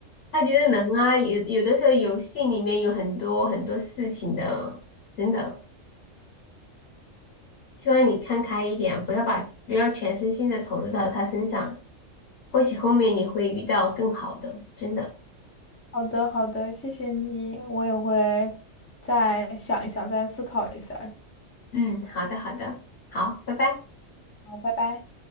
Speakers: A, on the left (about 60°); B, on the left (about 15°).
A: 他觉得能啊，有有的时候游戏里面有很多很多事情的，真的。希望你看开一点，不要把不要全身心的投入到他身上，或许后面你会遇到更好的，真的。
B: 好的好的，谢谢你，我也会再想一想，再思考一下，
A: 嗯，好的，好的，好，拜拜。
B: 好，拜拜。